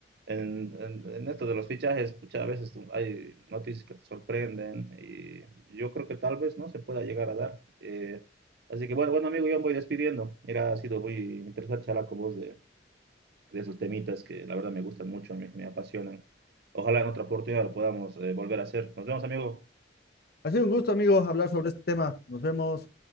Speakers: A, on the right; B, on the left.
A: en, en, en esto de los fichajes, muchas pues, veces hay noticias que te sorprenden, y yo creo que tal vez, ¿no? Se pueda llegar a dar. Eh, así que bueno, bueno, amigo, yo me voy despidiendo. Mira, ha sido muy interesante charlar con vos de, de esos temitas que la verdad me gustan mucho, me, me apasionan. Ojalá en otra oportunidad lo podamos eh, volver a hacer. Nos vemos, amigo.
B: Ha sido un gusto, amigos, hablar sobre este tema. Nos vemos.